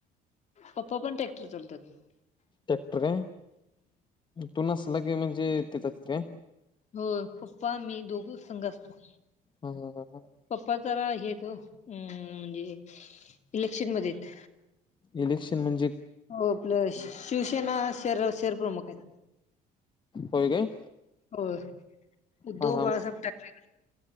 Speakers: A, on the left; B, on the left.
A: पप्पा पण ट्रॅक्टर चालवत्यात.
B: टॅक्टर काय तू नसला की म्हणजे तिथेच काय.?
A: हों पप्पा मी दोघ संग असतो.
B: हां हां हां.
A: पप्पा जरा हेे आहेत ओ हुं म्हणजे इलेक्शन मध्येयेत.
B: इलेक्शन म्हणजे?
A: हों आपल शिवसेना शहर शहरप्रमुखहायतं.
B: होय काय?
A: होय उद्धव
B: हा
A: बाळासाहेब ठाकरे